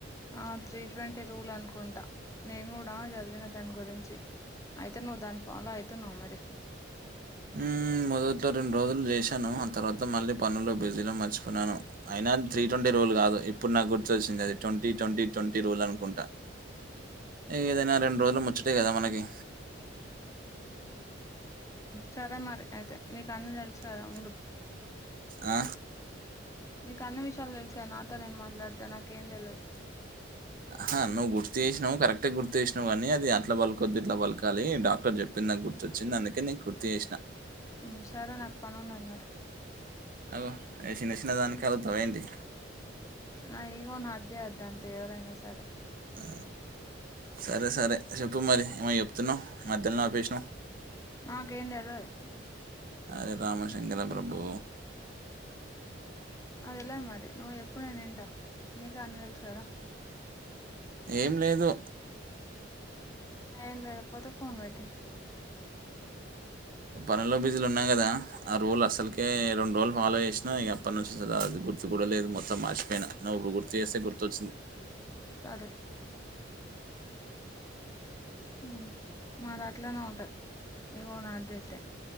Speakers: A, on the left; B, on the right.
A: ఆ త్రీ ట్వంటీ రూల్ అనుకుంటా నేను కూడా చదివిన దాని గురించి అయితే నువ్ దాని ఫాలో ఐతునవా మరి
B: ఊ మొదట్లో రెండు రోజులు చేశాను ఆ తర్వాత మళ్ళీ పనులో బిజీలో మర్చిపో వునాను అయినా త్రీ ట్వంటీ రూల్ కాదు ఇప్పుడు నాకు గుర్తొచ్చింది అది ట్వంటీ ట్వంటీ ట్వంటీ రూల్ అనుకుంటా ఏదైనా రెండు రోజులు ముచ్చటే కదా మనకి
A: సరే మరి అయితే నీకు అన్ని తెలుసు కదా ఉండు
B: ఆ
A: నీకు అన్ని విషయాలు తెలుసు కదా నాతోనేం మాట్లాడతవ్ నాకేం తెల్వద్
B: ఆహ నువ్వు గుర్తు చేసినవ్ కరెక్ట్గా గుర్తు చేసినావు కానీ అది అట్లా బల్కొద్ది ఇట్లా బలకాలి డాక్టర్ చెప్పింది నాకు గుర్తుచ్చింది అందుకే నీక్ గుర్తు చెసిన
A: ఆ సరే నాకు పన్నునది మరి
B: అగొ ఏ చిన్న చిన్న దానికె అలుగుతవా ఏంటి
A: నా ఈగోను హట్ జేయద్దు అంతే ఎవరేనా సరె
B: ఆ, సరే సరే చెప్పు మరి ఏమొ చెప్తున్నావు మధ్యలోనే ఆపేసినవు
A: నాకేం తెల్వదు
B: అరే రామశంకర ప్రభు
A: నాకు తెల్వది మరి నువ్ ఎప్పు నేనింటా నీకన్ని తెల్సు కదా
B: ఏం లేదు
A: ఆ ఏం లేకపోతే ఫోన్ పెట్టేయ్
B: పనులో బిజిల ఉన్నా కదా ఆ రూల్ అసల్కె రెండు రోజలు ఫాలో చేసినా అప్పటి నుంచి స అది గుర్తు కూడా లేదు మొత్తం మార్చిపోయినా నువ్వు ఇప్పుడు గుర్తు చేస్తే గుర్తొచ్చింది
A: సరె ఆ మాదట్లనే ఉంటది ఇగో నట్ జెతే